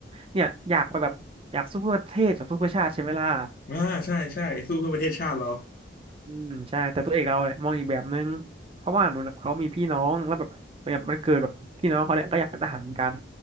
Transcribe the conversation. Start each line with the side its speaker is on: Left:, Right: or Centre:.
Right: เนี่ยอยากไปแบบอยากสู้เพื่อประเทศอยากสู้เพื่อชาติใช่ไหมล่ะ
Left: อ่าใช่ใช่สู้เพื่อประเทศชาติเรา
Right: อืมใช่แต่ตัวเอกเราเนี่ยมองอีกแบบนึงเพราะว่าเหมือนแบบเขามีพี่น้องแล้วแบบแบบมันเกิดแบบพี่น้องเขาเนี่ยก็อยากเป็นทหารเหมือนกัน